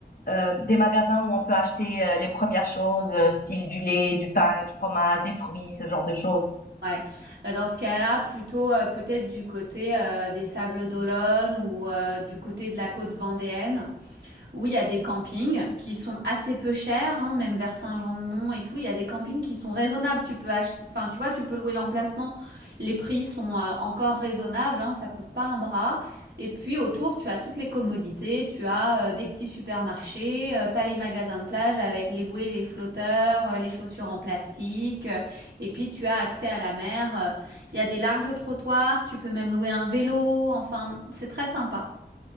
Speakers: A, on the left (about 55°); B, on the right (about 75°).
A: euh, des magasins où on peut acheter euh, les premières choses, euh, style du lait, du pain, du fromage, des fruits, ce genre de choses.
B: Ouais. Bah, dans ce cas-là, plutôt euh, peut-être du côté euh, des Sables d'Olonne ou euh, du côté de la côte vendéenne. Oui, il y a des campings qui sont assez peu chers, hein, même vers Saint-Jean-de-Mont et tout. Il y a des campings qui sont raisonnables. Tu peux acheter, enfin, tu vois, tu peux louer l'emplacement. Les prix sont euh, encore raisonnables, hein, ça coûte pas un bras. Et puis autour, tu as toutes les commodités. Tu as euh, des petits supermarchés, euh, tu as les magasins de plage avec les bouées, les flotteurs, euh, les chaussures en plastique. euh, et puis tu as accès à la mer. euh, Il y a des larges trottoirs. Tu peux même louer un vélo. Enfin, c'est très sympa.